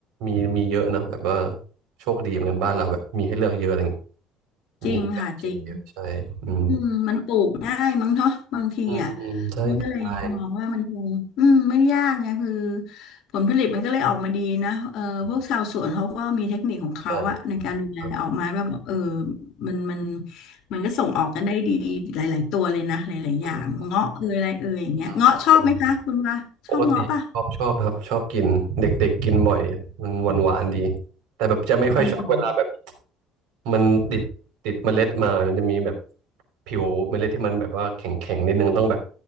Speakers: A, on the right; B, on the left.
A: มีมีเยอะเนอะแบบว่าโชคดีเหมือนกันบ้านเราแบบมีให้เลือกเยอะอะไรเงี้ย
B: จริงค่ะจริง
A: มีให้เลือกกินเยอะใช่อืม
B: อืมมันปลูกง่ายมั้งเนาะบางทีอ่ะ
A: อืมอืมใช่ผลไม้
B: นี่ก็เลยมองว่ามันคงอืมไม่ได้ยากไงคือผลผลิตมันก็เลยออกมาดีนะเออพวกชาวสวนเขาก็มีเทคนิคของเขาอะในการดูแลออกมาว่าแบบเออ
A: อืมใช่ครับ
B: มันมันมันก็ส่งออกกันได้ดีหลายๆตัวเลยนะหลายๆอย่างเงาะเอยอะไรเอยอย่างเงี้ยเงาะชอบไหมคะคุณว่าชอบเงาะป่ะ
A: อืมอืมขอบคุณปกติชอบชอบครับชอบกินเด็กๆกินบ่อยมันหวานหวานดีแต่แบบจะไม่ค่อยชอบเวลาแบบ
B: ออ
A: มันติดติดเมล็ดมามันจะมีแบบผิวเมล็ดที่มันแบบว่าแข็งแข็งนิดนึงต้องแบบ